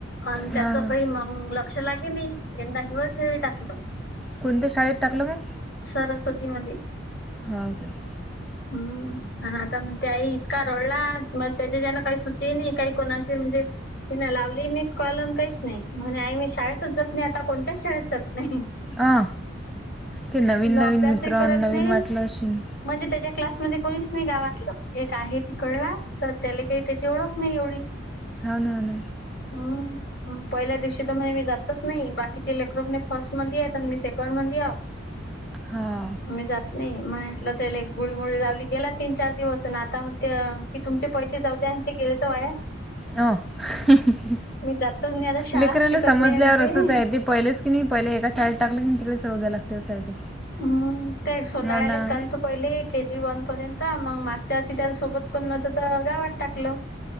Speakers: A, on the left; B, in the centre.
A: आणि त्याचा
B: हां हां
A: काही <unintelligible> औंध लागे नाही यंदा हि वर खेळले टाकलं.
B: कोणत्या शाळेत टाकलं काय.
A: सरस्वती मध्ये.
B: हो काय.
A: हम्म. ह आता मग त्यावेळी इतका रडला मग त्याच्या ज्यांना काही सुचे नाही काही कोणाचे म्हणजे मी ना लावली न कॉलन काहीच नाही म्हणे आई मी शाळेतच जात नाही आता कोणत्याच शाळेत जात
B: आ ते नवीन नवीन
A: अभ्यासही
B: मित्र
A: करत
B: नवीन
A: नाही.
B: वाटलं असेल
A: म्हणजे त्याच्या क्लासमध्ये कोणीच नाही, गावातलं एक आहे तिकडला. तर त्याला काही त्याची, ओळख नाही एवढी.
B: हा ना ना.
A: हम्म. पहिल्या दिवशी तर म्हणे मी जातच नाही बाकीचे लेकर म्हणे फर्ट मध्ये मी सेकंड मध्ये हौ.
B: हा.
A: मी जात नाही म्हटलं त्याला एक गुळी मुडी लावली गेला तीन चार दिवस अन आता मग ते कि तुमचे पैसे जाऊ द्या आणि ते गेले तर वाया.
B: अ हं हं हं.
A: मी जातच नाही आता शाळा
B: लेकरला
A: शिकत
B: समजल्यावर
A: नाही म्हणते
B: असच आहे ते पहिलेच की नाही पहिले एका टाकल कि तिकडे चळव्याला लागते असंय ते.
A: हम्म त्या एक सोनाळ्याला
B: हो ना.
A: होता आणि त पहिले के जी वन पर्यंत मग मागच्या अशी त्याला सोबत कर न्हत तर गावात टाकलं.